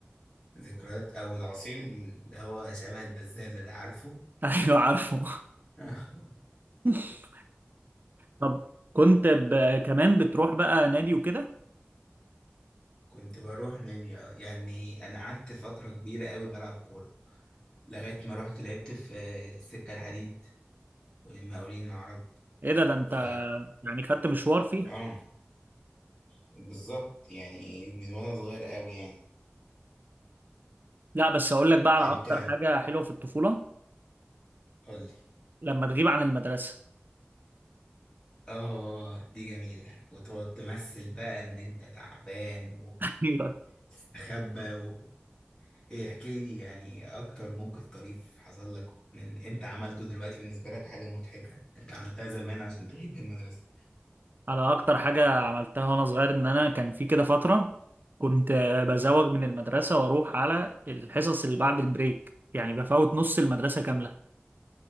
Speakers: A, on the left; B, on the right.
A: ذكريات او العصير اللي هو شبه البزازه ده عارفه
B: <laughs> ايوه عارفه
A: <laughs>
B: <laughs> طب كنت ب... كمان بتروح بقى نادي وكده
A: كنت بروح نادي اه يعني انا قعدت فتره كبيره قوي بلعب كوره لغايه ما رحت لعبت في السكه الحديد والمقاولين العرب
B: ايه ده ده انت
A: ف
B: يعني خدت مشوار فيها
A: اه بالظبط يعني من وانا صغير قوي يعني
B: لا بس اقول لك بقى على
A: انت
B: اكتر حاجه حلوه في الطفوله
A: قول لي
B: لما تغيب عن المدرسه
A: اه دي جميله وتقعد تمثل بقى ان انت تعبان
B: <laughs> ايوه
A: وتستخبى و... ايه احكي لي يعني اكتر موقف طريف حصل لك من انت عملته دلوقتي بالنسبه لك حاجه مضحكه انت عملتها زمان عشان تغيب من المدرسه
B: على اكتر حاجه عملتها وانا صغير ان انا كان في كده فتره كنت بزوغ من المدرسه واروح على الحصص اللي بعد البريك يعني بفوت نص المدرسه كامله